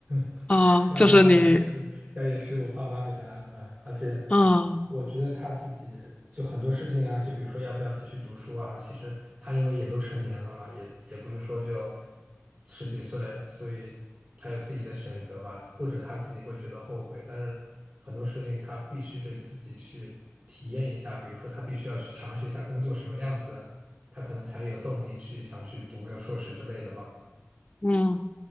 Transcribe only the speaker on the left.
嗯，
就是你，
嗯。
嗯